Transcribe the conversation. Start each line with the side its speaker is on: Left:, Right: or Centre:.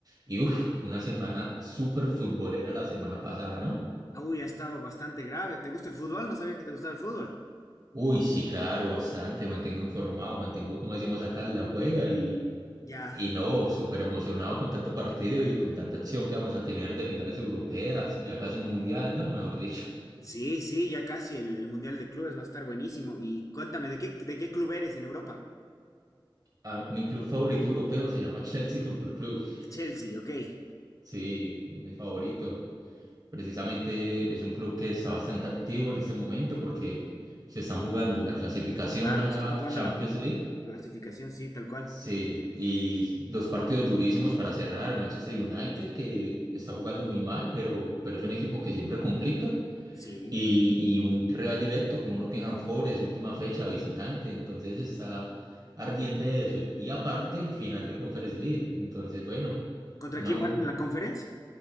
Right: y uff, una semana súper futbolera la semana pasada, ¿no?
Left: Uy, ha estado bastante grave. ¿Te gusta el fútbol? No sabía que te gustaba el fútbol.
Right: Uy, sí, claro, bastante, mantengo informado, mantengo, como decimos acá, la juega y,
Left: Ya.
Right: y no, súper emocionado con tanto partido y con tanta acción que vamos a tener de finales europeas, ya casi un mundial, ¿no? Mejor dicho.
Left: Sí, sí, ya casi el, el Mundial de Clubes va a estar buenísimo. Y cuéntame, ¿de qué, de qué club eres en Europa?
Right: Ah, mi club favorito europeo se llama Chelsea Football Club,
Left: El Chelsea, ok. Genial.
Right: sí, es mi favorito. Precisamente es un club que está bastante activo en este momento porque se están jugando la clasificación
Left: Claro,
Right: a la
Left: se está jugando
Right: Champions
Left: la
Right: League.
Left: clasificación, sí, tal cual.
Right: Sí, y dos partidos durísimos para cerrar. Manchester United, que está jugando muy mal, pero, pero es un equipo que siempre complica.
Left: Sí.
Right: Y, y un rival directo como Nottingham Forest, última fecha, visitante. Entonces está ardiente de eso. Y, y aparte, final de Conference League. Entonces, bueno,
Left: ¿Contra
Right: una,
Left: quién
Right: un-
Left: van en la conferencia?